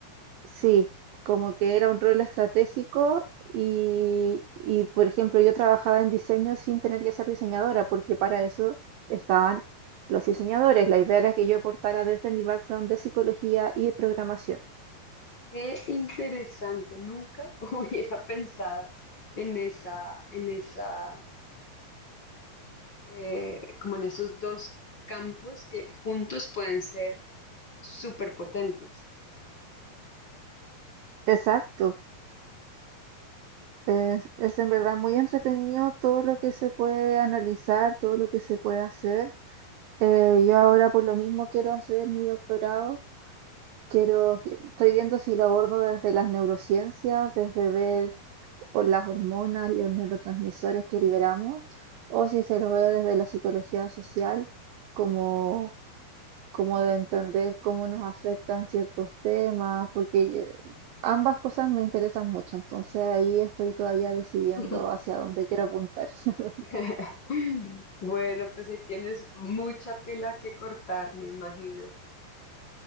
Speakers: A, on the right; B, on the left.
A: Sí, como que era un rol estratégico y, y, por ejemplo, yo trabajaba en diseño sin tener que ser diseñadora, porque para eso estaban los diseñadores. La idea era que yo aportara desde mi background de psicología y de programación.
B: qué interesante, nunca <laughs> hubiera pensado en esa, en esa, eh, como en esos dos campos que juntos pueden ser súper potentes.
A: Exacto. Es, es en verdad muy entretenido todo lo que se puede analizar, todo lo que se puede hacer. Eh, yo ahora por lo mismo quiero hacer mi doctorado. Quiero, estoy viendo si lo abordo desde las neurociencias, desde ver o las hormonas, los neurotransmisores que liberamos, o si se lo veo desde la psicología social, como, como de entender cómo nos afectan ciertos temas, porque eh, ambas cosas me interesan mucho, entonces ahí estoy todavía decidiendo
B: <laughs>
A: hacia dónde quiero apuntar. <laughs>
B: <laughs> Bueno, pues ahí tienes mucha tela que cortar, me imagino.